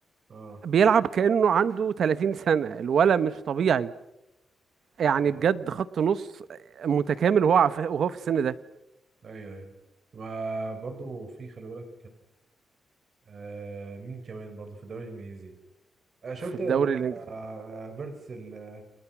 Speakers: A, on the right; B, on the right.
A: اه
B: بيلعب كانه عنده 30 سنه الولد مش طبيعي يعني
A: ايوه
B: بجد خط نص متكامل وهو عف- وهو في السن ده
A: ايوه ايوه ما برضه في خلي بالك آه مين كمان برضه في الدوري الانجليزي آه شفت
B: في الدوري
A: انت
B: الانجليزي
A: آه فيرتس ال...